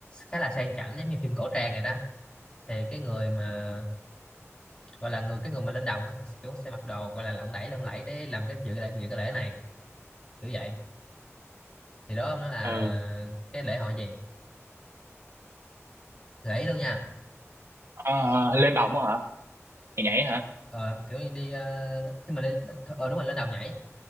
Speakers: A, on the left; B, on the right.
A: khá là sang chảnh giống như phim cổ trang này đó thì cái người mà gọi là người cái người mà lên đồng á kiểu sẽ mặc đồ gọi là lộng lẫy lộng lẫy để làm cái dự lễ dự cái lễ này kiểu vậy thì đó ông nói là
B: ờ
A: cái lễ hội gì gợi luôn nha
B: Ờ, lên đồng hả nhảy nhảy hả
A: ờ, kiểu như đi ờ, khi mà đi ờ đúng rồi lên đồng nhảy